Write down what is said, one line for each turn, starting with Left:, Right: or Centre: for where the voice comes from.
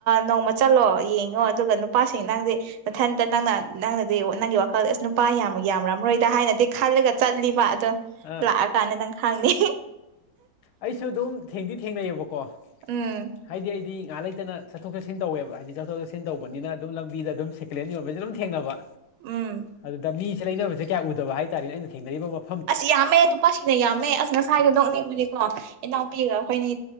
Right: ꯅꯣꯡꯃ ꯆꯠꯂꯣ ꯌꯦꯡꯉꯣ ꯑꯗꯨꯒ ꯅꯨꯄꯥꯁꯤꯡ ꯅꯪꯗꯤꯦ ꯃꯊꯟꯇ ꯅꯪꯅ ꯅꯪꯅꯗꯤ ꯅꯪꯒꯤ ꯋꯥꯈꯜꯗ ꯑꯁ ꯅꯨꯄꯥ ꯌꯥꯝ ꯌꯥꯝꯥꯃꯔꯣꯏꯗ ꯍꯥꯏꯅꯗꯤ ꯈꯜꯂꯒ ꯆꯠꯂꯤꯕ ꯑꯗꯣ
Left: ꯑꯥ
Right: ꯂꯥꯛꯑꯀꯥꯟꯗ ꯅꯪ ꯈꯪꯅꯤ
Left: ꯑꯩꯁꯨ ꯑꯗꯨꯝ ꯊꯦꯡꯗꯤ ꯊꯦꯡꯅꯩꯑꯕꯀꯣ
Right: ꯎꯝ
Left: ꯍꯥꯏꯗꯤ ꯑꯩꯗꯤ ꯉꯥꯏꯍꯥꯛ ꯂꯩꯇꯅ ꯆꯠꯊꯣꯛ ꯆꯠꯟ ꯇꯋꯦꯕ ꯍꯥꯏꯗꯤ ꯆꯠꯊꯣꯛ ꯆꯠꯁꯤꯟ ꯇꯧꯕꯅꯤꯅ ꯑꯗꯨꯝ ꯂꯝꯕꯤꯗ ꯑꯗꯨꯝ ꯁꯦꯀꯂꯦꯟ ꯌꯣꯟꯕꯁꯦ ꯑꯗꯨꯝ ꯊꯦꯡꯅꯕ
Right: ꯎꯝ
Left: ꯑꯗꯨꯗ ꯃꯤꯁꯦ ꯂꯩꯅꯕꯁꯦ ꯀꯌꯥ ꯎꯗꯕ ꯍꯥꯏꯇꯥꯔꯦꯅꯦ ꯑꯩꯅ ꯊꯦꯡꯅꯔꯤꯕ ꯃꯐꯝ
Right: ꯑꯁ ꯌꯥꯝꯃꯦ ꯅꯨꯄꯥꯁꯤꯡꯅ ꯌꯥꯝꯃꯦ ꯑꯁ ꯉꯁꯥꯏꯗꯣ ꯅꯣꯛꯅꯤꯡꯕꯅꯤꯀꯣ ꯏꯅꯥꯎꯄꯤꯒ ꯑꯩꯈꯣꯏꯅꯤ